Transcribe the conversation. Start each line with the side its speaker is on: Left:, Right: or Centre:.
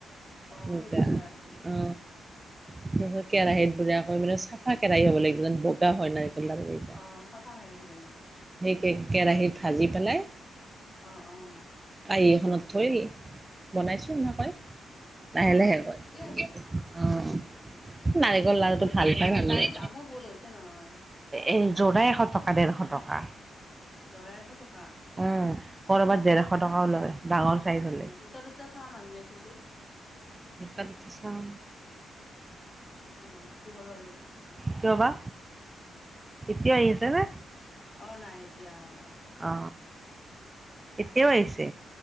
Left: অ',
Right: এনেকুৱা
Left: সেইটোৰ কাৰণে
Right: অ। <unintelligible> কেৰাহীত <unintelligible> পেলাই চাফা কেৰাহী হ'ব লাগিব যেন বগা হয় নাৰিকল লাৰু।
Left: অ' চাফা কেৰাহী লাগিব।
Right: কে-কেৰাহীত ভাজি পেলাই
Left: অ' অ'।
Right: কাঁহী এখনত থৈ বনাইছো এনেকৈ। লাহে
Left: অ',
Right: লাহে কয়
Left: ঠিকে
Right: <unintelligible>
Left: আছে
Right: অ'। নাৰিকল লাৰুটো ভাল
Left: লাগে
Right: পায়
Left: নাৰিকলৰ
Right: মানুহে।
Left: <inaudible>
Right: এই জোৰা এশ টকা ডেৰশ টকা।
Left: জোৰা এশ টকা।
Right: উম কৰ'বাত ডেৰশ টকাও লয়। ডাঙৰ চাইজ
Left: অ
Right: হলে
Left: দুটা দুটা চাউণ্ড আহি আছে যে।
Right: দুটা দুটা চাউণ্ড
Left: অ <unintelligible>
Right: কিয় বা? এতিয়া আহিছে নে?
Left: অ', নাই এতিয়া অহা নাই।
Right: অ এতিয়াও আহিছে?